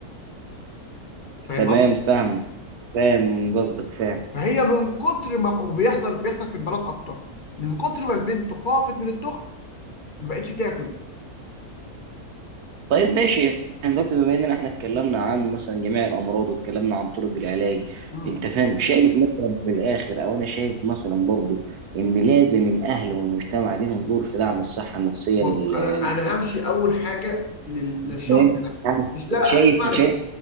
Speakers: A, on the left; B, on the right.
A: فاهم
B: تمام فاهم فاهم قصدك فاهم
A: فهي من كتر ما وبيحصل بيحصل في البنات اكتر من كتر ما البنت خافت من الدخن ما بقتش تاكل
B: طيب ماشي احنا دلوقتي بما اننا احنا اتكلمنا عن مثلا جميع الامراض واتكلمنا عن طرق العلاج
A: مم.
B: انت فاهم شايف مثلا في الاخر او انا شايف مثلا برضو ان لازم الاهل والمجتمع ليهم دور في دعم الصحه النفسيه
A: بص
B: لل-
A: انا انا همشي اول حاجه لل- للشخص
B: للانسان
A: نفسه
B: يعني
A: مش لا لا،
B: شايف
A: اسمعني
B: شايف
A: بس